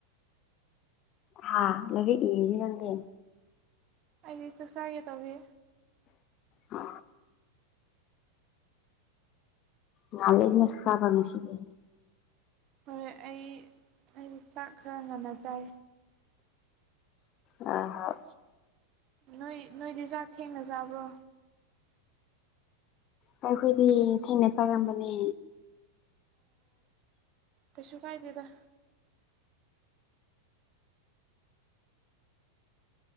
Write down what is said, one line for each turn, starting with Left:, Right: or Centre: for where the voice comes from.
Left: ꯍꯥꯥ ꯂꯒ ꯏꯅꯤ ꯂꯪꯗ
Right: ꯑꯩꯗꯤ ꯆꯥꯛ ꯆꯥꯒꯦ ꯇꯧꯕꯤ
Left: ꯑ ꯅꯂꯦ ꯑꯗꯨꯅꯁꯨ ꯀꯥꯄꯉꯁꯤꯒꯦ
Right: ꯍꯣꯏ ꯑꯩ ꯑꯩ ꯆꯥꯛ ꯈꯔ ꯉꯟꯅ ꯆꯥꯏ
Left: ꯑ
Right: ꯅꯣꯏ ꯅꯣꯏꯗꯤ ꯆꯥꯛ ꯊꯦꯡꯅꯖꯥꯕ꯭ꯔꯣ
Left: ꯀꯥꯏꯈꯣꯏꯗꯤ ꯊꯦꯡꯅ ꯆꯒꯦ ꯃꯅꯦ
Right: ꯀꯁꯤ ꯀꯥꯏ ꯇꯗ